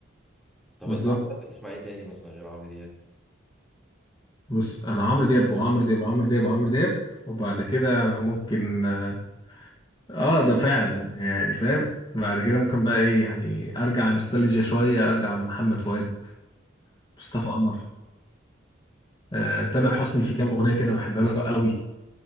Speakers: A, in the centre; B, on the left.
A: طب
B: بالظبط
A: انت عامه بتسمع ايه تاني مثلا غير عمرو دياب
B: بص أنا عمرو دياب وعمرو دياب وعمرو دياب وعمرو دياب وبعد كده ممكن آه، اه ده فعلا يعني فاهم بعد كده ممكن بقى ايه يعني ارجع نوستالجيا شويه ارجع محمد فؤاد مصطفى قمر آه تامر حسني في كام اغنيه كده بحبها له قوي